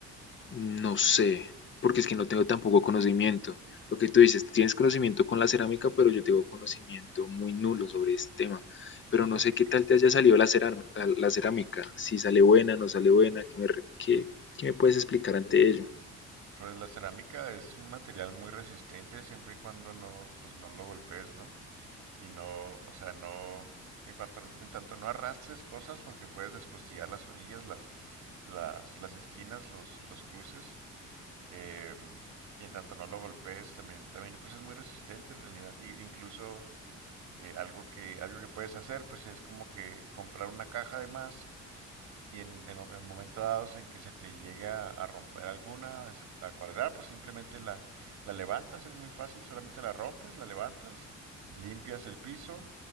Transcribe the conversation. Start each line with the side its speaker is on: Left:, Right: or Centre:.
Left: No sé, porque es que no tengo tampoco conocimiento. Lo que tú dices, tú tienes conocimiento con la cerámica, pero yo tengo conocimiento muy nulo sobre este tema. Pero no
Right: ¿no?
Left: sé qué
Right: Ok.
Left: tal te haya salido la cerá- la- la cerámica, si sale buena, no sale buena, ¿qué me, re- qué- qué me puedes explicar ante ello?
Right: Pues la cerámica es un material muy resistente siempre y cuando no, pues no lo golpees, ¿no? Y no, o sea, no, en cuanto, en tanto no arrastres cosas porque puedes despostillar las orillas, las, las, las esquinas, los, los cruces. eh, y en tanto no lo golpees, también, también pues es muy resistente en realidad. Y, incluso eh, algo que, algo que puedes hacer, pues es como que comprar una caja de más y en, en, mo- en momentos dados en que se te llegue a, a romper alguna, es- a cuadrar, pues simplemente la, la levantas, es muy fácil, solamente la rompes, la levantas, limpias el piso,